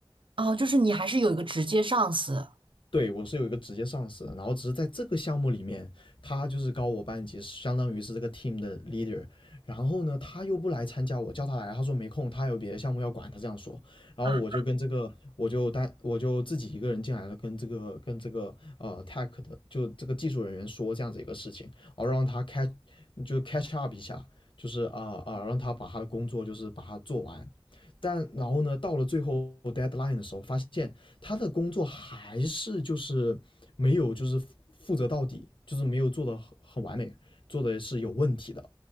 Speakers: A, on the right; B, on the left.
A: 哦，就是你还是有一个直接上司
B: 对，我是有一个直接上司的然后只是在这个项目里面，他就是高我半级，相当于是这个 team 的 leader。然后呢，他又不来参加我，叫他来，他说没空，他有别的项目要管，他这样说。然后我就跟这个，
A: 啊
B: 我就单，我就自己一个人进来了，跟这个跟这个呃 tech 的，就这个技术人员说这样子一个事情，然后让他 catch 就 catch up 一下，就是啊啊、呃呃让他把他的工作就是把它做完。但然后呢，到了最后 deadline 的时候，发现他的工作还是就是没有就是负责到底，就是没有做的很很完美，做的是有问题的。